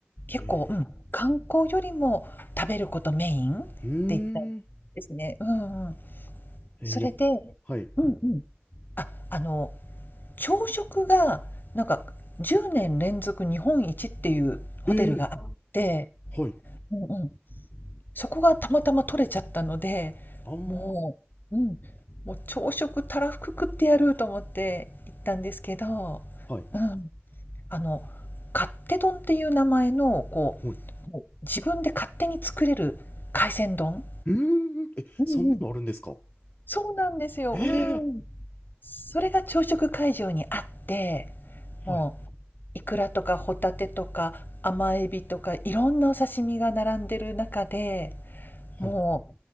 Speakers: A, on the left (about 45°); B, on the left (about 25°).
A: 結構、
B: え
A: うん、観光よりも食べることメインって言ったん
B: ー、うーん。
A: ですね。うんうん。
B: えー、
A: それで
B: やっ、はい。
A: うんうん。あ、あの、朝食が、なんか10年連続日本一っていうホテルがあって、
B: えー、はい。
A: うんうん。そこがたまたま取れちゃったので、
B: あー、
A: もううん、もう朝食たらふく食ってやると思って行ったんですけど、
B: はい。
A: うん。あの、勝手丼っていう名前の、こ
B: はい。
A: う、もう自分で勝手に作れる海鮮丼。
B: うーん。え、
A: うんうん。
B: そんなのあるんですか
A: そうなんですよ。
B: え
A: うーん。それが朝食会場にあって、もうイクラとかホタテとか甘エビとかいろんなお刺身が並んでる中で、
B: ー、はい。
A: も
B: はい。